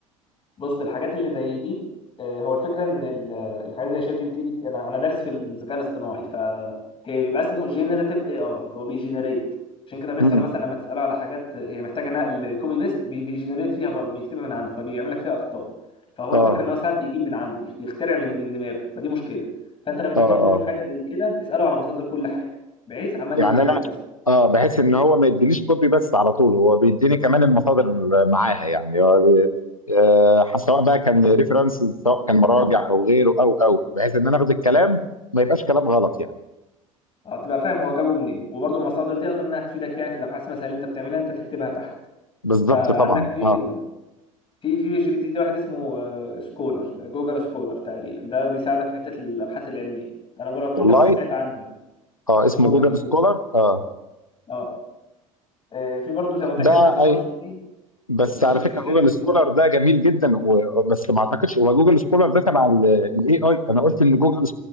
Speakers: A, on the left (about 30°); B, on the left (about 85°).
A: بص الحاجات اللي زي دي آه، هو الفكره ان ال- الحاجات زي شات جي بي تي دي- انا انا دارس في الذكاء الاصطناعي فهي بيبقى اسمه جينيريتيف اي اي هو بيجينيريت عشان كده بيحصل
B: امم
A: مثلا لما تساله على حاجات هي محتاجه نقل كوبي بيست بيجينيريت فيها برضه بيكتبها من عنده فبيعمل لك فيها اخطاء فهو
B: اه
A: الفكره ان هو ساعات بيجيب من عنده بيخ- بيخترع من من دماغه فدي مشكله فانت لما تيجي
B: اه
A: تاخد
B: اه
A: منه في حاجه زي كده اساله على مصادر كل حاجه بحيث عمال
B: يعني
A: ينقل
B: انا
A: لك بس
B: اه بحس ان هو ما يدينيش كوبي بس على طول هو بيديني كمان المصادر معاها يعني هو بي- آه سواء بقى كان ريفرنسز سواء كان مراجع او غيره او او بحيث ان انا اخد الكلام ما يبقاش كلام غلط يعني
A: اه تبقى فاهم هو جابه منين وبرضه المصادر دي اظن انها تفيدك يعني في الابحاث مثلا اللي انت بتعملها انت تكتبها تحت
B: بالظبط
A: فعندك
B: طبعا
A: في
B: اه
A: في في جي بي تي ده واحد اسمه آه، سكولر جوجل سكولر تقريبا ده بيساعدك في حته الابحاث العلميه انا جربتوش
B: والله
A: بس سمعت عنه يعني.
B: اه
A: اسمه
B: اسمه
A: جوجل
B: جوجل
A: سكولر
B: سكولر اه
A: اه آه، في برضه زي ما قلت
B: ده
A: لك حته التخصص
B: اي
A: دي
B: بس
A: مش
B: على
A: مش
B: فكره
A: مش جي
B: جوجل
A: بي
B: سكولر
A: تي بس
B: ده جميل جدا و... بس ما اعتقدش هو جوجل سكولر ده تبع الاي اي انا قلت ان جوجل